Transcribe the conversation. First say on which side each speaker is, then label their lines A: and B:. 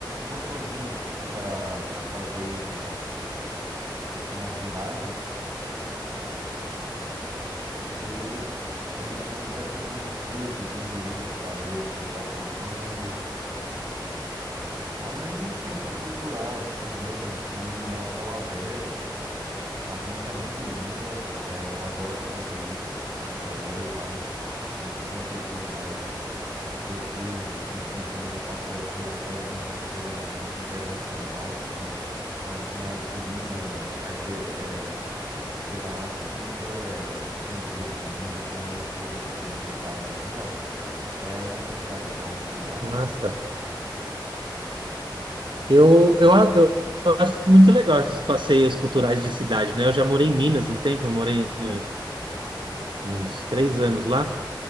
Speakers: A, on the right; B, on the right.
A: gostosinho assim para para fazer aqui na cidade, que também tem muito da questão de surf, tem mirante para ver o pessoal surfando. É um meio que um centro cultural assim mesmo e ao céu aberto. A vista é muito linda, é, eu adoro fazer isso, é, eu adoro ir lá sempre que tem oportunidade. Esses uns fins de semana para trás eu fui lá que tava tendo uma feira internacional, assim, então tinha comida, arte- é, artesanato de tudo que é canto do mundo, comer umas coisas diferentes lá, bem legal. É, aí na sua cidade tem algo similar,
B: Nossa,
A: assim?
B: eu, eu, a- eu acho muito legal esses passeios culturais de cidade, né? Eu já morei em Minas um tempo, eu morei eh, uns três anos lá.